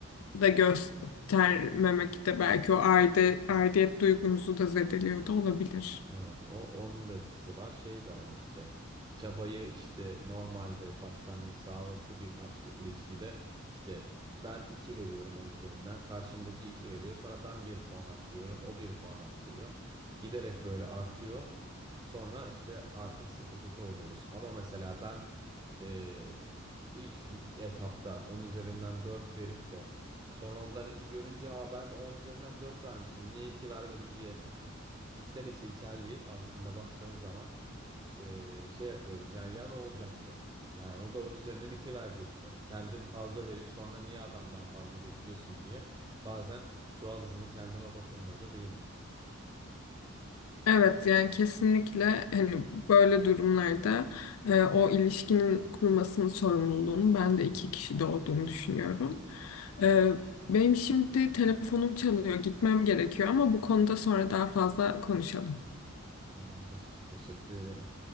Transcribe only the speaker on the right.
Evet, o, onun da etkisi var. Şey de var işte. Çabayı işte normalde başlangıç sağlıklı bir karşılıklı ilişkide işte ben 2 veriyorum onun üzerinden. Karşımdaki 2 veriyor. Sonra ben bir puan arttırıyorum. O bir puan arttırıyor. Giderek böyle artıyor. Sonra işte artık sıkı fıkı oluyoruz. Ama mesela ben e, ilk etapta 10 üzerinden 4 verip de sonra ondan 2 görünce Aa, ben de 10 üzerinden 4 vermiştim. Niye 2 vermedin diye içten içe içerleyip aslında baktığın zaman eee, şey yapıyordum. Yani ya ne olacaktı? Yani onu da onun üzerinden iki verecekti. Kendin fazla verip sonra niye adamdan fazla bekliyorsun diye bazen çuval hızını kendime batırmıyor da değilim.
Tamamdır. Teşekkür ederim.